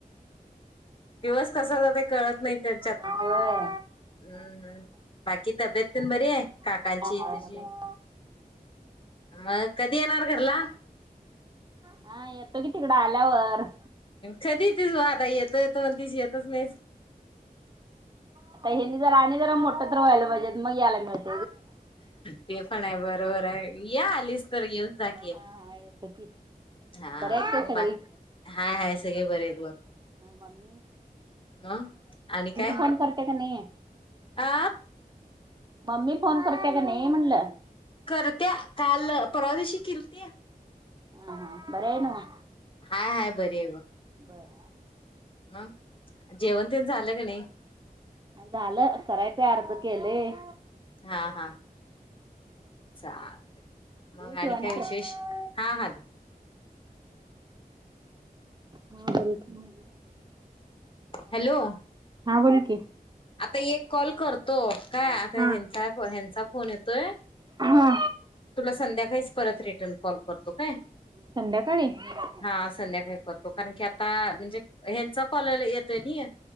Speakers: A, on the left (about 35°); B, on the right (about 30°).
A: दिवस कसा जातोय कळत नाही त्यांच्यात
B: होय.
A: हम्म. बाकी तब्येत तेन बरी आहे. काकांची
B: हाय हाय
A: तुझी..
B: बरी आहे.
A: मग कधी येणार घरला.
B: हा येतो की तिकडं आल्यावर.
A: कधी येतीस बघ आता. येतो येतो म्हणतीस येतच नाहीस.
B: आता हेंनी जरा आणि जरा मोठं तर व्हायला पाहिजे, मग याला मिळलं.
A: ते पण आहे बरोबर आहे, या आलीस तर येऊन जा की.
B: हा हा येत की.
A: हा
B: बरे आहेत
A: मग
B: काय सगळी?
A: बाक हाय हाय सगळे बरे आहेत बघ.
B: मम्मी?
A: ह आणि काय
B: फोन करते का नाही?
A: आ...
B: मम्मी फोन करते का नाही म्हणलं.
A: करत्या काल परवा दिवशी किलती.
B: हा.. बर हाय नव्हं.
A: हाय हाय बरी आहे बघ.
B: बर.
A: मग जेवण तेन झालं का नाही?
B: झालं करायचंय अर्ध केलंय.
A: हा हा चालतंय. मग
B: देऊ शिवानीकडं?
A: आणि काय विशेष? हा हा दे.
B: हा <unintelligible>
A: हॅलो.
B: हा बोल की,
A: आता एक कॉल करतो काय,
B: हा
A: आता यांचा ह्यांचा फोन येतोय.
B: हा.
A: तुला संध्याकाळीच परत रिटर्न कॉल करतो काय.
B: संध्याकाळी का?
A: हा संध्याकाळी करतो, कारण की आता म्हणजे ह्यांचा कॉल येतोय नई.